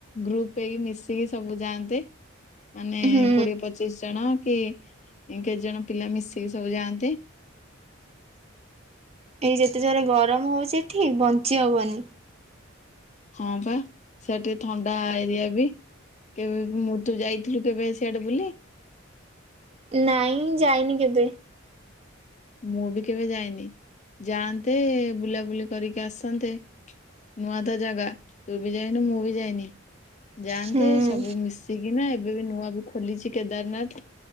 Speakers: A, on the left; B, on the right.
A: ଗ୍ରୁପ ହେଇକି ମିଶିକି ସବୁ ଯାଆନ୍ତେ- ମାନେ
B: ହୁଁ
A: କୋଡିଏ ପଚିଶ ଜଣ- କି କେତେ ଜଣ ପିଲା ମିଶିକି ସବୁ ଯାଆନ୍ତେ
B: ଏଇ ଯେତେ ଜୋରେ ଗରମ ହଉଛି ଏଠି ବଞ୍ଚି ହବନି-
A: ହଁ ବା ସେ ଟିକେ ଥଣ୍ଡା ଏରିଆ ବି କେବେ ମୁଁ ତୁ ଯାଇଥିଲୁ କେବେ ସଆଟେ ବୁଲି-
B: ନାଇଁ ଯାଇନି କେବେ-
A: ମୁଁ ବି କେବେ ଯାଇନି ଯାଆନ୍ତେ ବୁଲାବୁଲି କରିକି ଆସନ୍ତେ ନୂଆ ତ ଜାଗା ତୁ ବି ଯାଇନୁ ମୁଁ ବି ଯାଇନି- ଯାଆନ୍ତେ
B: ହୁଁ
A: ସବୁ ମିଶିକି- ନା ଏବେ ବି ନୂଆ ବି ଖୋଲିଛି କେଦାରନାଥ